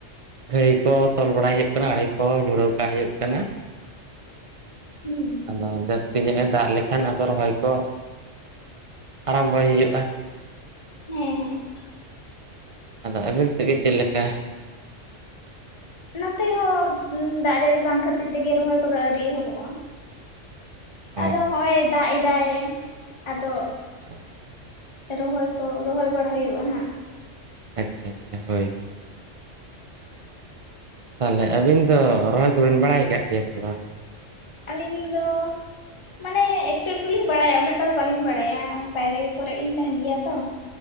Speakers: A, on the right; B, on the left.
A: ᱜᱷᱟᱹᱭ ᱠᱚ ᱛᱚᱞ ᱵᱟᱲᱟᱭ ᱦᱩᱭᱩᱜ ᱠᱟᱱᱟ ᱟᱲᱮ ᱠᱚ ᱠᱚ ᱡᱷᱩᱲᱟᱹᱣ ᱠᱟᱜ ᱦᱩᱭᱩᱜ ᱠᱟᱱᱟ
B: ᱦᱩᱸ
A: ᱟᱫᱚ ᱡᱟᱹᱥᱛᱤ ᱛᱮᱦᱮᱧ ᱡᱩᱫᱤ ᱫᱟᱜ ᱞᱮᱠᱷᱟᱱ ᱟᱫᱚ ᱨᱚᱦᱚᱭ ᱠᱚ ᱟᱨᱟᱢᱵᱚᱭ ᱦᱩᱭᱩᱜ-ᱟ᱾
B: ᱦᱮᱸᱻ
A: ᱟᱫᱚ ᱟᱹᱵᱤᱱ ᱥᱮᱫ ᱜᱮ ᱪᱮᱫ ᱞᱮᱠᱟ ᱾
B: ᱱᱚᱛᱮ ᱦᱚ ᱫᱟᱜ ᱡᱟᱹᱲᱤ ᱵᱟᱝ ᱠᱷᱟᱹᱛᱤᱨ ᱛᱮᱜᱮ ᱨᱚᱦᱚᱭ ᱠᱚᱫᱚ ᱟᱹᱣᱨᱤ ᱮᱦᱚᱵᱚᱜ-ᱟ ᱾
A: ᱚ
B: ᱟᱫᱚ ᱦᱚᱜ-ᱚᱭ ᱫᱟᱜ ᱮᱫᱟᱭ ᱟᱫᱚ
A: <unintelligible>
B: ᱨᱚᱦᱚᱭ ᱠᱚ ᱨᱚᱦᱚᱭ ᱵᱟᱲᱟ ᱦᱩᱭᱩᱜ-ᱟ ᱦᱟᱜ ᱾
A: ᱟᱪᱷᱟ ᱟᱪᱷᱟ ᱦᱳᱭ ᱛᱟᱦᱚᱞᱮ ᱟᱹᱵᱤᱱ ᱫᱚ ᱨᱚᱦᱚᱭ ᱠᱚᱵᱤᱱ ᱵᱟᱲᱟᱭ ᱟᱠᱟᱫ ᱜᱮᱭᱟ ᱥᱮ ᱵᱟᱝ?
B: ᱟᱹᱞᱤᱧ ᱫᱚ ᱢᱟᱱᱮ ᱮᱠᱴᱩ ᱮᱠᱴᱩᱞᱤᱧ ᱵᱟᱲᱟᱭᱟ ᱩᱱᱟᱹᱜᱴᱟ ᱫᱚ ᱵᱟᱹᱞᱤᱧ ᱵᱟᱲᱟᱭᱟ ᱵᱟᱭᱨᱮ ᱠᱚᱨᱮᱜ ᱤᱧ ᱛᱟᱦᱮᱱ ᱜᱮᱭᱟ ᱛᱚ